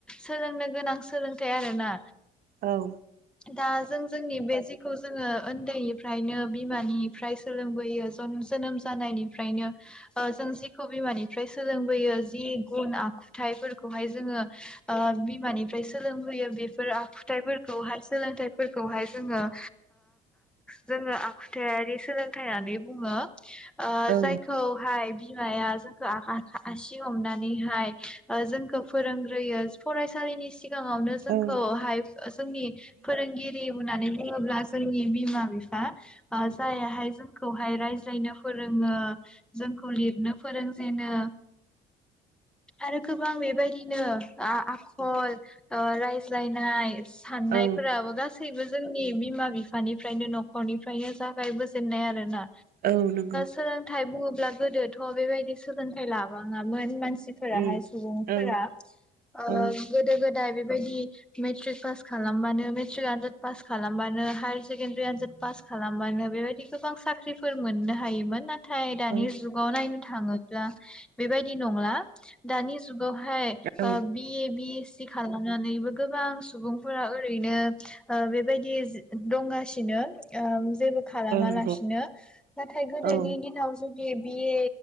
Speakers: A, in the centre; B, on the right.
A: सोलोंनो गोनां सोलोंथाइ आरोना
B: औ
A: दा जों जोंनि बे जिखौ जोङो उन्दैनिफ्रायनो बिमानिफ्राय सोलोंबोयो जोनोम जानायनिफ्रायनो जों जिखौ बिमानिफ्राय सोलोंबोयो जि गुन आखुथायाइफोरखौहाय जोङो बिमानिफ्राय सोलोंबोयो बेफोर आखुथाइफोरखौ हाय जोङो जोङो ओ आखुथायारि सोलोंथाइ होननानै बुङो ओ
B: औ
A: जायखौ हाय बिमाया जोंखौ आसि हमनानैहाय जोंखौ फोरोंग्रोयो फरायसालिनि सिगाङावनो जोंखौहाय
B: औ
A: जोंनि फोरोंगिरि होननानै बुङोब्ला जोंनि बिमा बिफा जायाहाय जोंखौहाय रायज्लायनो फोरों जोंखौ लिरनो फोरोंजेनो आरो गोबां बेबायदिनो आ आखल ओ रायज्लायनाय साननायफोराबो
B: औ
A: गासैबो जोंनि बिमा बिफानिफ्रायनो न'खरनिफ्रायनो जागायबोजेननाय आरो ना
B: औ नंगौ
A: सोलोंथाइ बुङोब्ला गोदोथ' बेबायदि सोलोंथाइ लाबाङामोन मानसि माहाय
B: उम
A: सुबुंफोरा़
B: औ
A: ओ
B: औ
A: गोदो गोदाय बिदि मेट्रिक फास खालामबानो मेट्रिक आनजाद पास खालामबानो हायार सेकेण्डारि आनजाद पास खालामबानो बेबायदि गोबां साख्रिफोर मोननो थायोमोन नाथाय दानि
B: औ
A: जुगाव नायनो थाखाय थाङोबा बेबायदि नंला दानि गहाय
B: औ
A: बिए बि खालामनानैबो गोबां सुबुंफोरा ओ ओरैनो बेबायदि दंगासिनो ओ जेबो खालामालासिनो
B: औ नंगौ
A: नाथाय गोदोनि
B: औ
A: दिनाव जुदि बि ए